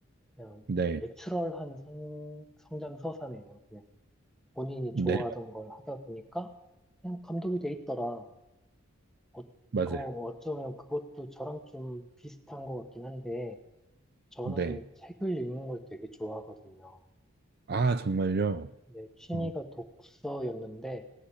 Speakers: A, in the centre; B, on the right.
A: 그냥,
B: 네,
A: 내추럴한 성, 성장 서사네요. 그냥, 본인이
B: 네,
A: 좋아하던 걸 하다 보니까, 그냥 감독이 돼 있더라. 어,
B: 맞아요.
A: 어, 어쩌면 그것도 저랑 좀 비슷한 것 같긴 한데, 저는
B: 네.
A: 책을 읽는 걸 되게 좋아하거든요.
B: 아, 정말요?
A: 내 취미가
B: 어,
A: 독서였는데,